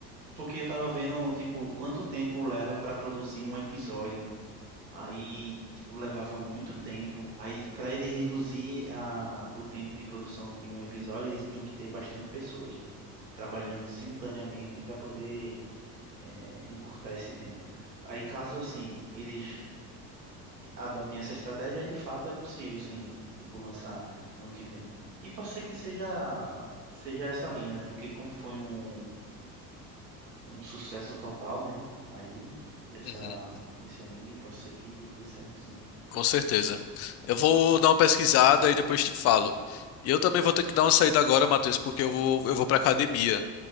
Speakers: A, on the right; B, on the left.
A: Porque eu tava vendo, tipo, quanto tempo leva pra produzir um episódio. Aí, tipo, levava muito tempo. Aí, pra ele reduzir a, o tempo de produção de um episódio, eles tinham que ter bastante pessoas, tipo, trabalhando simultaneamente para poder é, encurtar esse tempo. Aí, caso, assim, eles adotem essa estratégia, aí de fato é possível, assim, tipo, lançar ano que vem. E pode ser que seja, seja essa linha, né? Porque como foi um um sucesso total, né? Aí, dessa,
B: Uhum,
A: desse anime, pode ser que dê certo, sim.
B: com certeza. Eu vou dar uma pesquisada e depois te falo. E eu também vou ter que dar uma saída agora, Matheus, porque eu vou, eu vou pra academia.